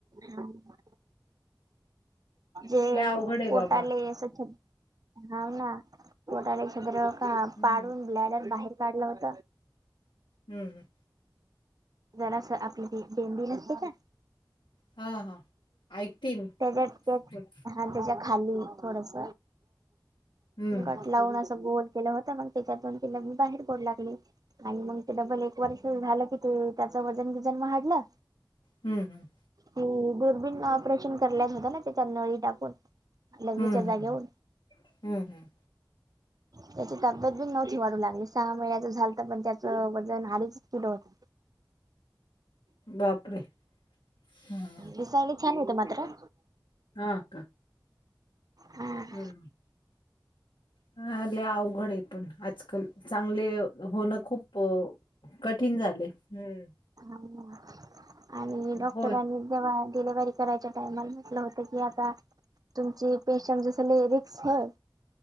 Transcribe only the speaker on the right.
हा जे
पोटाले,
असछ हाव ना पोटाले छद्र का
पाडून
ब्लॅडर बाहेर काढल होत.
जरास आपली ती बेंंदी नसते का.
त्येज्यात, त्यात
हा त्येज्यात. खाली थोडस
कट लावून अस गोल केलं होत मग, त्याच्यात तिला मी बाहेर पडू लागली आणि मग ते डबल एक वर्ष झालं की ते त्याचं वजन, विजन वाढलं.
ती दुर्बीन ऑपरेशन करल्या होतं ना, त्याच्या नळी टाकून. लघवीच्या
जाग्यावून.
त्याची तब्येत बी नव्हती वाढू लागली, सहा महिन्याच झालत पण त्याचं वजन आडीच किलो होत.
दिसायला छान होत मात्र.
हम्.
हम्, आणि डॉक्टरांनी
जेव्हा डिलिव्हरी करायच्या टाइमाला म्हटलं होतं की, आता तुमची पेशंट जसं लई रिक्स हय.